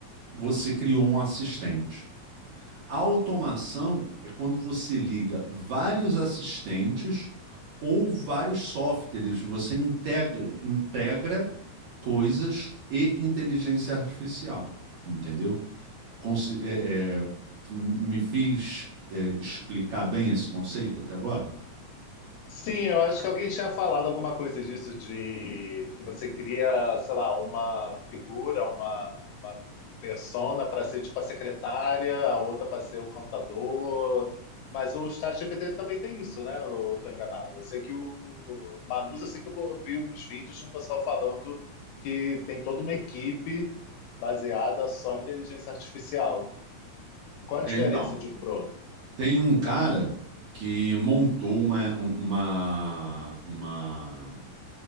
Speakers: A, on the right; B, on the left.
A: você criou um assistente. A automação é quando você liga vários assistentes ou vários softwares, você integra, integra coisas e inteligência artificial, entendeu? consi- é, é, me fiz é, explicar bem esse conceito até agora?
B: Sim, eu acho que alguém tinha falado alguma coisa disso, de que você cria, sei lá, uma figura, uma, uma persona para ser tipo a secretária, a outra para ser o contador. Mas o ChatGPT também tem isso, né? Eu tô enganado. Eu sei que o o Manus, eu sei que eu vi uns vídeos de um pessoal falando que tem toda uma equipe baseada só em inteligência artificial. Qual a
A: É,
B: diferença
A: Então,
B: de um pro outro?
A: tem um cara que montou uma, um- uma, uma,